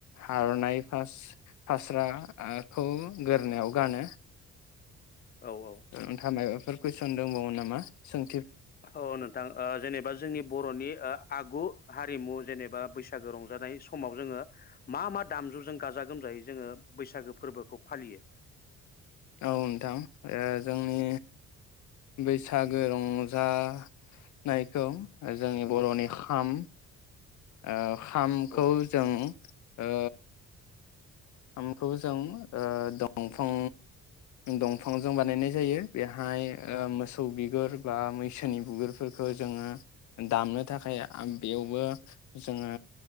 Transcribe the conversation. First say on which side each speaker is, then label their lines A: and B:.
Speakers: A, on the left (about 70°); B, on the left (about 30°).
A: आरनाइ फास फास्रा आ खौ गोदोनायाव गानो।
B: औ औ
A: नोंथाङा मायबाफोर फोर कुइसन दंबावो नामा? सों
B: औ नोंथां ओ जेनेबा जोंनि बरनि ओ आगु हारिमु जेनेबा बैसागो रंजानाय समाव जोङो मा मा दामजुजों गाजा गोमजायै जोङो बैसागो फोरबोखौ फालियो?
A: औ नोंथां ओ जोंनि बैसागो रं जा नायखौ जोंनि बरनि खाम ओ खामखौ
B: औ
A: जों ओ खामखौ जों ओ दंफां दंफांजों बानायनाय जायो, बेहाय ओ मोसौ बिगुर बा मैसोनि बिगुरफोरखौ जोङो दामनो थाखाय बेयावबो जोङो